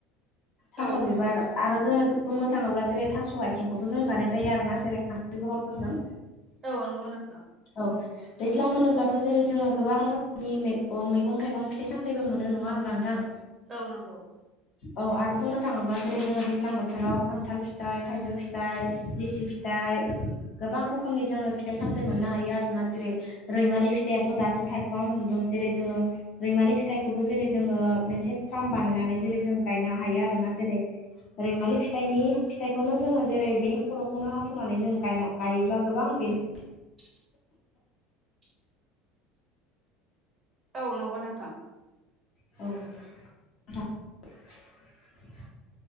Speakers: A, on the left; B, on the right.
A: थास'
B: औ नंगौ
A: बिबार
B: नोंथां
A: आरो जोङो बुंनो थाङोब्ला जेरै थास' आथिंखौबो जों जानाय जायो आरोना जेरै खानथाल बेगरफोरजों
B: औ नंगौ नोंथां
A: औ दैज्लां होनोब्ला जेरै जोङो गोबां रोखोमनि मैगं थाइगं फिथाइ सामथायबो मोनो नङा होमबा नोंथां
B: औ नंगौ
A: औ आरो बुंनो थाङोब्ला जेरै जोङो दैज्लां बोथोराव खान्थाल फिथाइ थाइजौ फिथाइ लिसि फिथाइ गोबां रोखोमनि जोङो फिथाइ सामथाय मोननो हायो आरोना जेरै रैमालि फिथ फिथायाबोथ' दासो थायफुहांनो हमदों जेरै जोङो रैमालि फिथाइखौबो जेरै जोङो मोनसे फार्म बानायनानै जेरै जों गायनो हायो आरोना जेरै रैमालि फिथाइनि फिथाइखौनो जोङो जेरै बेनि खर'खौनो हास'नानै जों गायना गायो ब्ला गोबां बेनि
B: <inaudible> औ नंगौ नोंथां
A: औ <unintelligible>